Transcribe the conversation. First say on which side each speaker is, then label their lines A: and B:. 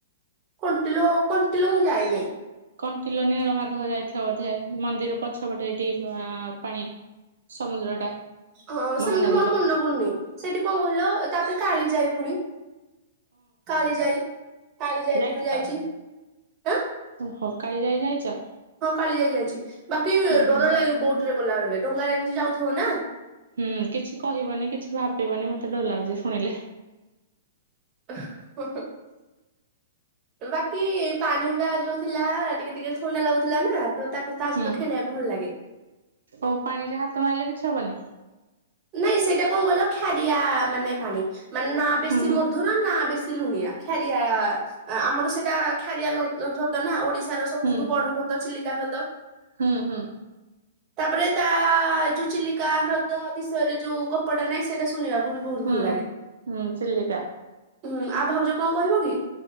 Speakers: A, on the right; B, on the right.
A: କଣ୍ଟିଲୋ କଣ୍ଟିଲୋ ମୁଁ ଯାଇନି।
B: କଣ୍ଟିଲ ନୀଳ ମାଧବ ଯାଇଥିବ ବୋଧେ ମନ୍ଦିର ପଛପଟେ ଏଠି ଆଁ ପାଣି। ସମୁଦ୍ର ଟା।
A: ହଁ
B: ମହାନଦୀ
A: ସେମିତି ମୋର
B: ପା
A: ମନ ପଡୁନି ସେଠି କଣ କହିଲ ତାପରେ କାଳିଯାଇ ପୁଣି। କାଳିଯାଇ କାଳିଯାଇ
B: ଯାଇଥିଲ
A: ପୁଣି ଯାଇଛି। ଆଁ
B: ଓହୋ କାଳିଯାଇ ଯାଇଛ?
A: ହଁ କାଳିଯାଇ ଯାଇଛି ବାକି
B: ଓ
A: ଡର
B: ହୋ
A: ଲାଗେ ବୋଟ ରେ ଗଲାବେେଳେ ଡଙ୍ଗାରେ ଏମିତି ଯାଉଥିବ ନା।
B: ହୁଁ କିଛି କହିବନି କିଛି ଭାବିବନି ମତେ ଡୋଲାଉଛି ଶୁଣିଲେ।
A: <unintelligible> ବାକି ପାଣି ଗୁଡା ଯୋଉ ଥିଲା ଟିକେ ଟିକେ ଥଣ୍ଡା ଲାଗୁଥିଲା ନା ତ ତାକୁ ତା
B: ହୁଁ
A: ସହିତ ଖେଳିବାକୁ ଭଲ ଲାଗେ।
B: ଓ ପାଣି ରେ ହାତ ମାରିଲେ କିଛି ହବନି।
A: ନାଇଁ ସେଇଟା କଣ କଲ ଖାରିଆ ମାନେ ପାଣି ମାନେ ନା ବେଶୀ
B: ହୁଁ
A: ମଧୁର ନା ବେଶୀ ଲୁଣିଆ। ଖାରିଆଳ ଆମର ସେଟା ଖାରିଆଳ ହଦ୍ର ନା ଓଡିଶାର ସବୁଠୁ
B: ହୁଁ
A: ବଡ ଚିଲିକା ହ୍ରଦ।
B: ହୁଁ ହୁଁ।
A: ତାପରେ ତା ଏଇ ଯୋଉ ଚିଲିକା ହ୍ରଦ ବିଷୟରେ ଯୋଉ ଗପଟା ନାହିଁ ସେଇଟା ଶୁଣିବାକୁ ବି ବହୁତ
B: ହୁଁ
A: ଭଲ ଲାଗେ।
B: ହୁଁ ହୁଁ ଚିଲିକା
A: ହୁଁ ଆ ଭାଉଜ କଣ କହିବ କି?